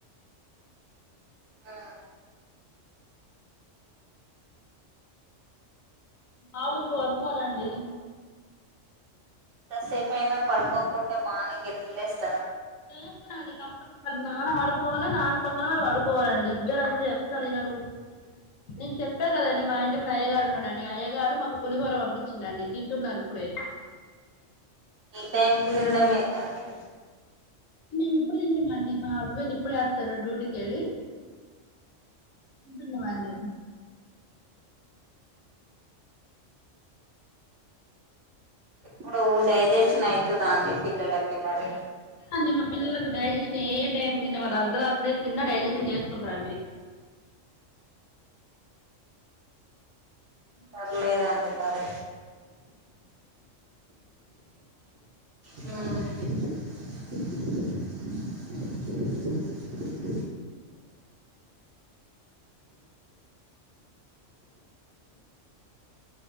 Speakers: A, on the right; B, on the left.
A: హమ్
B: ఆవుకి వాడు పోలాండి
A: తసే పైనా పడపకుంటే మానే గలేస్త
B: నేస్త అండి కంపల్ నాన అడుకోల నా పక్కన వాళ్ళు వాడుకోవాలండి ఇద్దరుంతా ఎస్తాలనరు నేను చెప్పా కదండి మా ఇంటి ము అయ్యగారు ఉండనని అయ్యగారు మాకు పులిహోర పంపించిందిండి తింటున్నారు ఇప్పుడే
A: ఈ టైమ్ కు దిన డమ ఎంతా అండి
B: విప్పుడ ఏడి మండి మా అల్బాన్ ఇప్పుడు వేస్తారు డ్యూటీకి వెళ్ళి ఉంటున్న వాళ్ళి
A: ఇప్పుడు డైజెషన్ అవుతుంద అండి పిల్లలకి ఎన్నరి
B: అంటే మా పిల్లలకు డైజెస్న్ ఏదై న్న మ అర్ధరాత్రి సిన్న డజ చేసుకుంటా అండి ఉ
A: పర్లేదండి మరి ఆ